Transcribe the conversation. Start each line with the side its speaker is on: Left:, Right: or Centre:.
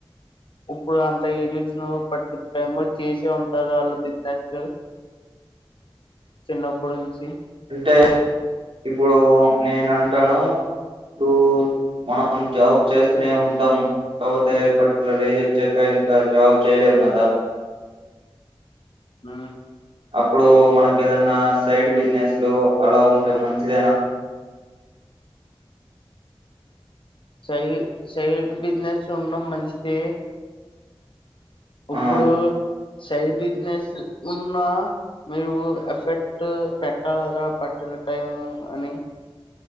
Left: ఇప్పుడు అంత ఏజ్ వచ్చినా పట్టి టైమ్ లో చేసే ఉంటారు వాళ్ళు బిజినెస్లు చిన్నప్పుడు నుంచి
Right: అంటే ఇప్పుడు నేనంటాను ఇప్పుడు మనం జాబ్ చేస్తూనే ఉంటాం కాకపోతే పర్టికులర్ ఏజ్ వచ్చాక ఇంకా జాబ్ చేయలేమ్ కదా
Left: హు
Right: అప్పుడు మన కేదన్నా సైడ్ బిజినెస్ లో అలా ఉంటే మంచిదేనా
Left: సై సైడ్ బిజినెస్ ఉండడం మంచిదే
Right: ఆ
Left: ఇప్పుడు సైడ్ బిజినెస్ ఉన్నా మీరు ఎఫెక్ట్ పెట్టాల్గదా పర్టికులర్ టైము అని